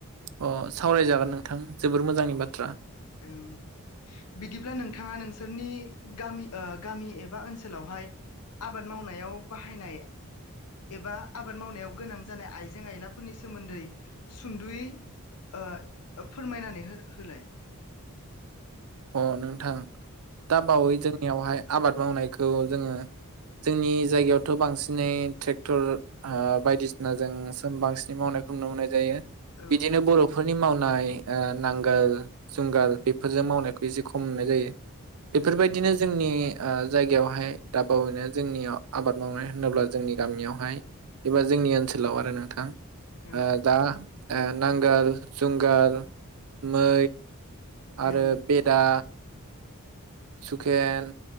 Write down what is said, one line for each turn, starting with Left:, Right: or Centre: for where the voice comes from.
Right: अ सावरायजागोन नोंथां जोबोर मोजांनि
Left: औ
Right: बाथ्रा।
Left: ओं बिदिब्ला नोंथाङा नोंसोरनि गामि ओ गामि एबा ओनसोलावहाय आबाद मावनायाव बाहायनाय एबा आबाद मावनायाव गोनां जानाय आइजें आयलाफोरनि सोमोन्दै सुंद'यै ओ फोरमायनानै हो-होलाय।
Right: अ नोंथां दा बावै जोंनियावहाय आबाद मावनायखौ जोङो जोंनि जायगायावथ' बांसिनै ट्रेक्टर बायदिसिनाजों बांसिनै मावनायखौ नुनो मोननाय जायो।
Left: औ
Right: बिदिनो बर'फोर। नि मावनाय ओ नांगोल जुंगाल बेफोरजों मावनाय। एसे खम नुनाय जायो। बेफोरबायदिनो
Left: ओं
Right: जोंनि ओ जायगायावहाय दा बावैनो जोंनियाव आबाद मावनाय होनोब्ला जोंनि गामियावहाय एबा जोंनि ओनसोलाव आरो नोंथां।
Left: औ
Right: ओ दा ओ नांगोल जुंगाल मै
Left: ओं
Right: आरो। दा सुखेन।